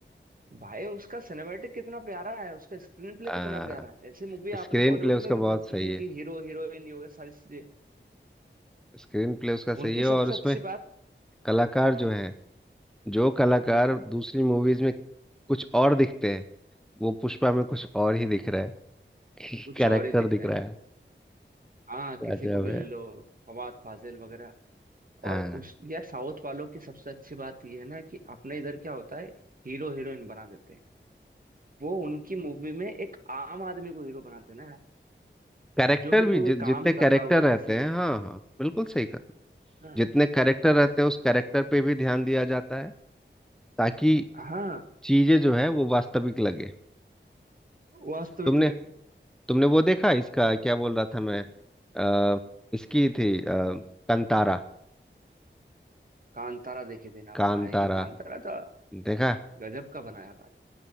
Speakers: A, on the right; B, in the centre.
A: भाई उसका सिनेमेटिक कितना प्यारा है उसका स्क्रीन प्ले
B: आ,
A: कितना प्यारा है ऐसी मूवी
B: स्क्रीन
A: आपने बॉलीवुड
B: प्ले उसका
A: में भी
B: बहुत
A: बनती
B: सही
A: है
B: है
A: कि हीरो हीरोइन ये वगैरह सारी चीजें
B: स्क्रीन प्ले उसका सही
A: उनकी
B: है और
A: सबसे
B: उसमें
A: अच्छी बात
B: कलाकार
A: हाँ
B: जो है जो कलाकार
A: हम्म
B: दूसरी मूवीज में कुछ और दिखते हैं वो पुष्पा में कुछ और ही दिख रहा है
A: कुछ
B: <laughs> कैरेक्टर
A: और ही दिख
B: दिख
A: रहे
B: रहा
A: हैं
B: है
A: हाँ
B: गजब
A: किसी को भी
B: है
A: ले लो फवाद फाजिल वगैरह
B: हाँ
A: और उस यार साउथ वालों की सबसे अच्छी बात यह है ना कि अपने इधर क्या होता है हीरो हीरोइन बना देते हैं वो उनकी मूवी में एक आम आदमी को हीरो बनाते हैं ना
B: कैरेक्टर
A: जो बिल्कुल
B: भी
A: कोई
B: जि, जितने
A: काम
B: कैरेक्टर
A: कर रहा होगा
B: रहते
A: किसी
B: हैं हाँ हाँ बिल्कुल सही कहा
A: हाँ
B: जितने कैरेक्टर रहते हैं उस कैरेक्टर पे भी ध्यान दिया जाता है ताकि
A: हाँ
B: चीजें जो है वो वास्तविक लगे
A: वास्तविक
B: तुमने
A: लगे
B: तुमने वो देखा इसका क्या बोल रहा था मैं अ, इसकी थी अ, कंतारा
A: कांतारा देखे थे ना
B: कांतारा
A: भाई कांतारा तो
B: देखा
A: गजब का बनाया भाई